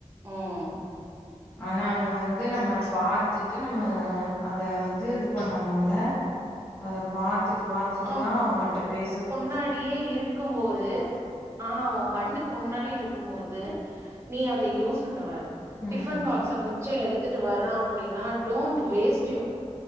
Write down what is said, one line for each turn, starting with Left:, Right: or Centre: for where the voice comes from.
Right: ம்
Left: ஆனா அத வந்து நம்ம பாத்துட்டு நம்ம அத வந்து இது பண்ணணும்ல அத பார்த்துட்டு பார்த்துட்டு
Right: ஆம்
Left: தான் அவுங்கிட்ட பேய்
Right: முன்னாடியே இருக்கும்போ ஆ உன் கண்ணுக்கு முன்னாடி இருக்கும் போது நீ அத யூஸ் பண்ணுவ
Left: ம்,
Right: டிஃபன் பாக்ஸ் அங்க ச்சு எடுத்துட்டு வரான் அப்படின்னா don't waste U